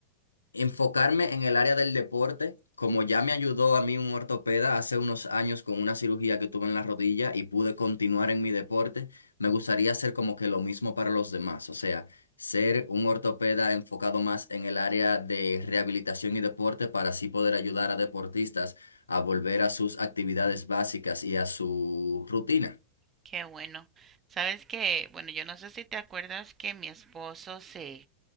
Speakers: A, on the left; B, on the right.
A: Enfocarme en el área del deporte, como ya me ayudó a mí un ortopeda hace unos años con una cirugía que tuve en la rodilla y pude continuar en mi deporte, me gustaría hacer como que lo mismo para los demás, o sea, ser un ortopeda enfocado más en el área de rehabilitación y deporte para así poder ayudar a deportistas a volver a sus actividades básicas y a su rutina.
B: Qué bueno. Sabes que, bueno, yo no sé si te acuerdas que mi esposo se